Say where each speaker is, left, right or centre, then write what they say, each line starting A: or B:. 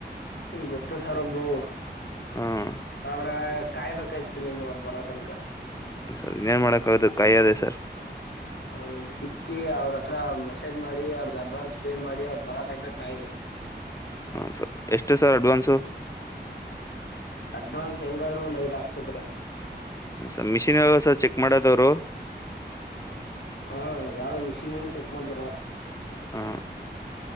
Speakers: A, on the left (about 85°); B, on the left (about 15°).
A: ಗೊತ್ತ ಸರ್ ಒಬ್ರು.
B: ಹ್ಮ್.
A: ಆದ್ರ ಕಾಯ್ಬೇಕಾಯ್ತ್ ನಿಮ ಅವರು ಬರೋ ತನಕ.
B: ಸರ್ ಇನ್ನೇನು ಮಾಡೋಕ್ಕಾಗೋದು ಕಾಯಿದೆ ಸರ್.
A: ಅವರು ಸಿಕ್ಕಿ ಅವ್ರ ಹತ್ರ ಮೆಸೇಜ್ ಮಾಡಿ ಅವ್ರದ ಅಡ್ವಾನ್ಸ್ ಪೇ ಮಾಡಿ ಅವ್ರ ಬರತ್ತನ ಕಾಯಬೇಕ
B: ಹಾ ಸರ್ ಎಷ್ಟು ಸರ್ ಅಡ್ವಾನ್ಸು
A: ಅಡ್ವಾನ್ಸ್ ಹೆಂಗಾದ್ರರು ಒಂದ ಐದು ಹಾಕಿಸುತ್ತಾರೆ
B: ಹ ಸರ್ ಮಿಷಿನ್ ಅಲ್ವಾ ಸರ್ ಚೆಕ್ ಮಾಡೋದು ಅವರು
A: ಹಾ ಯಾವ್ದೋ ಮಿಷೀನ್ ಅಲ್ಲಿ ಚೆಕ್ ಮಾಡ್ತಾರ
B: ಹೂ